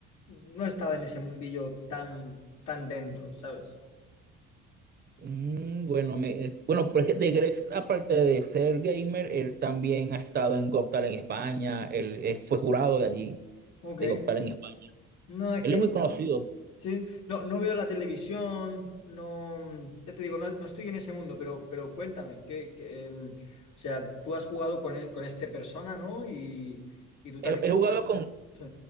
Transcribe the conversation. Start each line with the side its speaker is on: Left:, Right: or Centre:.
Left: no he estado en ese mundillo tan, tan dentro, ¿sabes?
Right: Mm, bueno, me, eh, bueno, pero es que The Gref, aparte de ser gamer, él también ha estado en Got Talent en España, él, eh, fue jurado de allí,
Left: Ok.
Right: de Got Talent en España.
Left: No, es
Right: Él
Left: que
Right: es muy conocido.
Left: Sí, no, no veo la televisión, no, mm, ya te digo, no, no estoy en ese mundo, pero, pero cuéntame, ¿qué, qué, em, o sea, tú has jugado con, e- con este persona, ¿no? Y, y tú también
Right: He,
Left: estás...
Right: he jugado con,
Left: Sí.